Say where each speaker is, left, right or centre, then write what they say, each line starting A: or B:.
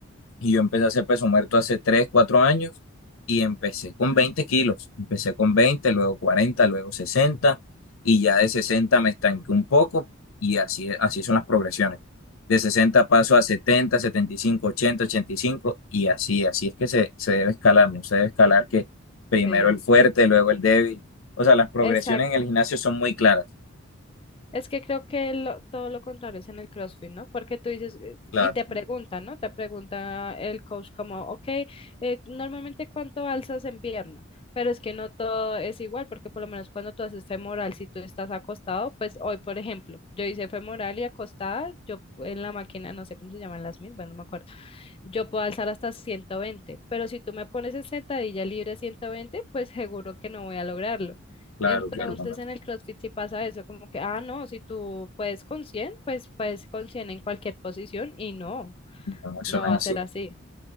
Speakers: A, on the left (about 80°); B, on the left (about 25°).
A: y yo empecé a hacer peso muerto hace 3 4 años y empecé con 20 kilos, empecé con veinte luego cuarenta luego 60 y ya de 60 me estanqué un poco y así, así son las progresiones. De 60 paso a setenta setenta y cinco ochenta ochenta y cinco y así, así es que se, se debe escalar, no se debe escalar que primero
B: Sí,
A: el fuerte, luego el débil. O sea, las progresiones
B: exacto.
A: en el gimnasio son muy claras.
B: Es que creo que lo- todo lo contrario es en el CrossFit, ¿no? Porque tú dices, eh,
A: claro
B: y te pregunta, ¿no? Te pregunta el coach como, ok, eh, normalmente cuánto alzas en pierna, pero es que no todo es igual, porque por lo menos cuando tú haces femoral, si tú estás acostado, pues hoy, por ejemplo, yo hice femoral y acostada, yo en la máquina, no sé cómo se llaman las mismas, no me acuerdo, yo puedo alzar hasta 120, pero si tú me pones en sentadilla libre 120, pues seguro que no voy a lograrlo.
A: Claro,
B: Entonces
A: claro, cuando,
B: en el CrossFit sí pasa eso, como que, ah, no, si tú puedes con 100, pues puedes con 100 en cualquier posición y no,
A: cuando mencionan
B: no va
A: así.
B: a ser así.